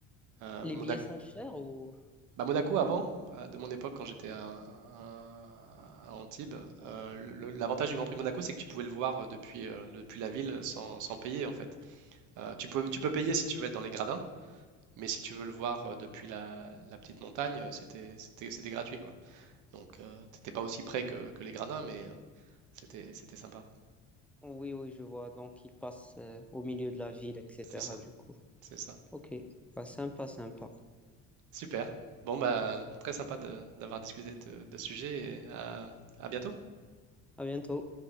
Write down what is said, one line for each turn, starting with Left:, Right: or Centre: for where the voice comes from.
Right: euh,
Centre: Les
Right: Monaco.
Centre: billets sont chers ou...
Right: Bah, Monaco avant, euh, de mon époque quand j'étais à, à- à Antibes, euh, le- le- l'avantage du Grand Prix de Monaco, c'est que tu pouvais le voir euh, depuis, euh, depuis la ville sans, sans payer en fait. Euh, tu peux, tu peux payer si tu veux être dans les gradins, mais si tu veux le voir euh, depuis la, la petite montagne, euh, c'était, c'était, c'était gratuit quoi. Donc, euh, t'étais pas aussi près que, que les Gradins, mais euh, c'était c'était sympa.
Centre: Oui, oui, je vois. Donc, ils passent euh, au milieu de la ville, etc.
Right: C'est ça.
Centre: Du coup.
Right: C'est ça.
Centre: Ok. Bah, sympa, sympa.
Right: Super. Bon, bah, très sympa de- d'avoir discuté de, de ce sujet et à à bientôt.
Centre: À bientôt.